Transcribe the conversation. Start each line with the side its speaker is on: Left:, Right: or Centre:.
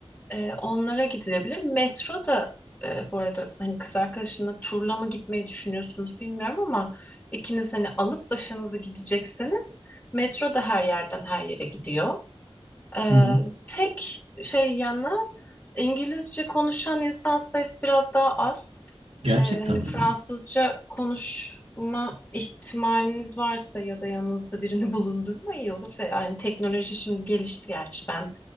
Left: E, onlara gidilebilir. Metro da e, bu arada hani kız arkadaşınla turla mı gitmeyi düşünüyorsunuz bilmiyorum ama ikiniz hani alıp başınızı gidecekseniz metro da her yerden her yere gidiyor. Ee,
Right: Hı hı.
Left: tek şey yanı İngilizce konuşan insan sayısı biraz daha az.
Right: Gerçekten
Left: Ee, hani Fransızca
Right: mi?
Left: konuşma ihtimaliniz varsa ya da yanınızda birini <laughs> bulundurma iyi olur. Ve yani teknoloji şimdi gelişti gerçi ben